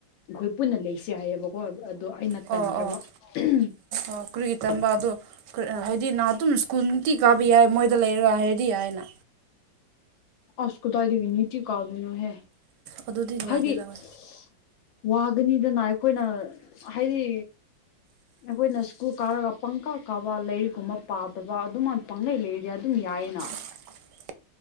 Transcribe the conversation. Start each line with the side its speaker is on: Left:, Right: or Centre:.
Left: ꯑꯈꯣꯏ ꯄꯨꯟꯅ ꯂꯩꯁꯦ ꯍꯥꯏꯌꯦꯕ__ ꯀꯣ ꯑꯗꯣ ꯑꯩꯅ
Right: ꯑꯣ
Left: ꯇꯟꯈ꯭ꯔꯕ
Right: ꯑꯣ
Left: <unintelligible>
Right: ꯑꯣ ꯀ꯭ꯔꯤꯒꯤ ꯇꯟꯕ ꯑꯗꯨ ꯀ ꯍꯥꯏꯗꯤ ꯅꯥ ꯑꯗꯨꯝ ꯁ꯭ꯀꯨꯜ ꯅꯨꯡꯇꯤ ꯀꯥꯕ ꯌꯥꯏ ꯃꯣꯏꯗ ꯂꯩꯔꯒ ꯍꯥꯏꯔꯗꯤ ꯌꯥꯏꯌꯦꯅ
Left: ꯑꯁ ꯀꯗꯥꯏꯗꯒꯤ ꯅꯤꯇꯤ ꯀꯥꯗꯣꯏꯅꯣ ꯍꯦ
Right: ꯑꯗꯨꯗꯤ ꯅꯨꯡꯉꯥꯏꯇꯦꯗ
Left: ꯍꯥꯏꯗꯤ
Right: ꯍꯣꯏ
Left: <unintelligible> ꯋꯥꯒꯅꯤꯗꯅ ꯑꯩꯈꯣꯏꯅ ꯍꯥꯏꯗꯤ ꯑꯈꯣꯏꯅ ꯁ꯭ꯀꯨꯜ ꯀꯥꯔꯒ ꯄꯪꯀꯥ ꯀꯥꯕ ꯂꯩꯔꯤꯛꯀꯨꯝꯕ ꯄꯥꯗꯕ ꯑꯗꯨꯃꯥꯏꯅ ꯄꯥꯡꯂꯩ ꯂꯩꯔꯗꯤ ꯑꯗꯨꯝ ꯌꯥꯏꯌꯦꯅ
Right: <unintelligible>